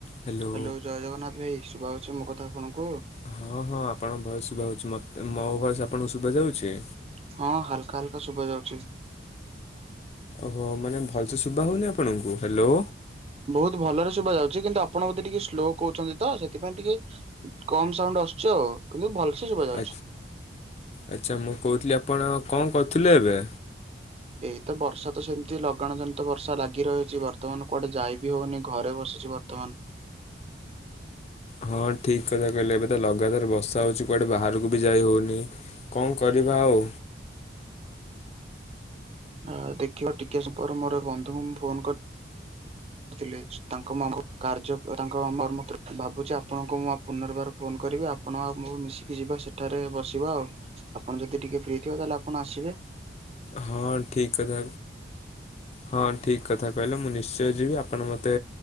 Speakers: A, on the left; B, on the right.
A: Hello
B: hello ଜୟେ ଜଗନ୍ନାଥ ଭାଇ ଶୁଭା ହୋଉଚି ମୋ କଥା ଆପଣଙ୍କୁ?
A: ହଁ ହଁ ଆପଣଙ୍କ ଭୟେସ୍ ଶୁଭା ହୋଉଚି ମତେ ମୋ ଭୟେସ୍ ଆପଣଙ୍କୁ ଶୁଭା ଯାଉଛି?
B: ହଁ ହାଲକା ହାଲକା ଶୁଭା ଯାଉଚି।
A: ଓହୋ ମାନେ ଭଲସେ ଶୁଭା ହୋଉନି ଆପଣଙ୍କୁ? ହାଲୋ।
B: ବୋହୁତ ଭଲରେ ଶୁଭ ଯାଉଚି କିନ୍ତୁ ଆପଣ ବୋଧେ ଟିକେ ସ୍ଲୋ କୋହୁଚନ୍ତି ତ ସେଥିପାଇଁ ଟିକେ କମ ସାଉଣ୍ଡ ଆସୁଚି ଆଉ କିନ୍ତୁ ଭଲସେ ଯୁବା ଯାଉଛି।
A: ଆ ଆଚ୍ଛା ମୁଁ କୋହୁଥିଲି ଆପଣ କଣ କରୁଥିଲେ ଏବେ?
B: ଏଇତ ବର୍ଷା ତ ସେମିତି ଲଗାଣ ଜନିତ ବର୍ଷା ଲାଗି ରହିଚି ବର୍ତମାନ କୁଆଡେ ଯାଇବି ହୋଉନି ଘରେ ବସିି ଚି ବର୍ତ୍ତମାନ।
A: ହଁ ଠିକ କଥା କହିଲେ ଏବେ ତ ଲଗାତାର ବର୍ଷା ହୋଉଚି କୁଆଡ଼େ ବାହାରକୁ ବି ଯାଇ ହୋଉନି। କମ୍ କରିବା ଆଉ।
B: ଆ ଦେଖିବ ଟିକେ ସମୟ ପରେ ମୋର ବନ୍ଧୁଙ୍କୁ ଫୋନ କରି ତୁଲେଇଚି ତାଙ୍କ ମାମଙ୍କୁ କର୍ଯ୍ୟ ତାଙ୍କ ମର୍ମତ୍ର ଭାବୁଚି ଆପଣଙ୍କୁ ମୁଁ ପୁନର୍ବାର ଫୋନ କରିବି ଆପଣ ଆଉ ମୁଁ ମିଶିକି ଯିବା ସେଠାରେ ବସିବା ଆଉ। ଆପଣ ଯଦି ଟିକେ ଫ୍ରି ଥିବ ତାହେଲେ ଆପଣ ଆସିବେ।
A: ହଁ ଠିକ କଥା ହଁ ଠିକ କଥା କହିଲ ମୁନିଷ ଯିବି ଆପଣ ମୋତେ